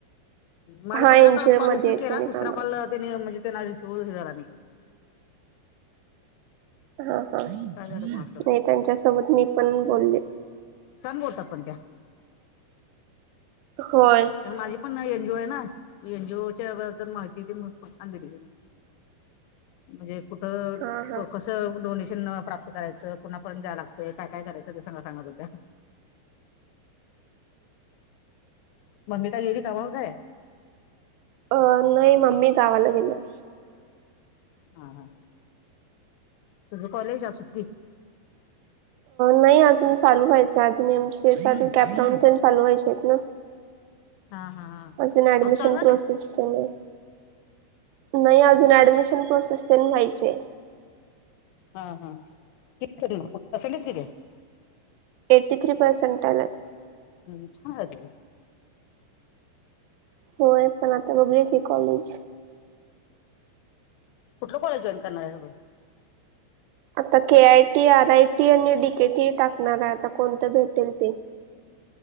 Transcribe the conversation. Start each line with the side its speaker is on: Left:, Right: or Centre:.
Left: माझा
Right: हा
Left: पहिला
Right: एनजीओ
Left: कॉल
Right: मध्ये
Left: रिसिव्ह
Right: आहेत
Left: केला,
Right: त्याने
Left: दुसरा
Right: कामाला
Left: कॉल त्यानी म्हणजे त्यांना रिसिव्ह हे झाला नाही.
Right: हा हा नाही
Left: काय झालं कोणास ठाऊक
Right: त्यांच्यासोबत मी पण बोलले.
Left: छान बोलतात पण त्या.
Right: होय.
Left: कारण माझी पण एनजीओ आहे ना. एनजीओच्या बद्दल माहिती पण छान दिली. म्हणजे कुठ
Right: हा हा
Left: कस च डोनेशन प्राप्त करायच. पुन्हा पण जाय लागत. काय काय करायच ते सगळ सांगत होत्या. मम्मी का गेली कामावर काय?
Right: अ नाही मम्मी गावाला गेली.
Left: हा हा तुझे कॉलेज आहे सुट्टी
Right: नाही अजून चालू व्हायच आहे. अजून एमसी ए अजून कॅपडाऊन चालू व्हायचे आहेत ना.
Left: हा हा हा
Right: अजून ऍडमिशन
Left: चालू झालं
Right: प्रोसेस
Left: नाही?
Right: ते नाही. नाही अजून ऍडमिशन प्रोसेस तेन व्हायचीय.
Left: <unintelligible>
Right: एटी थ्री पर्सेंट आल.
Left: <unintelligible>
Right: होय पण आता बघू की कॉलेज
Left: कुठल कॉलेज जॉयईन करणार आहे.
Right: आता K I T, R I T, आणि डीकेटी टाकणार आहे. आता कोणत भेटेल ते.